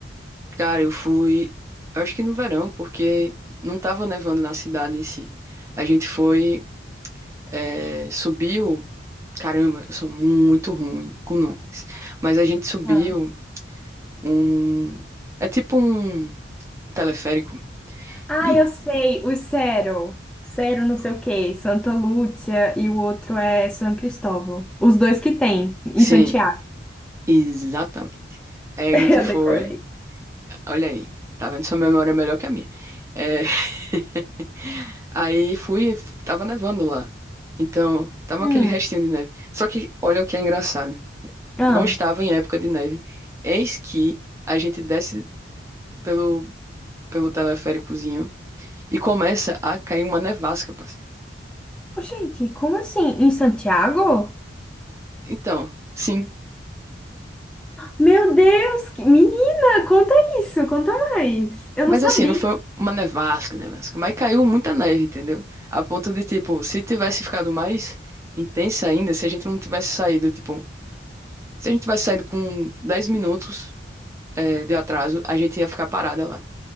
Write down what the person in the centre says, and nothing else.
Ah.
Ah,
eu sei, o Cero. Cero não sei o quê, Santa Lúcia e o outro é São Cristóvão. Os dois que tem em
Santiago.
<laughs>
Eu
decorei.
Hum.
Ah,
Ô, gente, como assim? Em Santiago?
Meu Deus, que... menina, conta isso, conta mais. Eu
não sabia.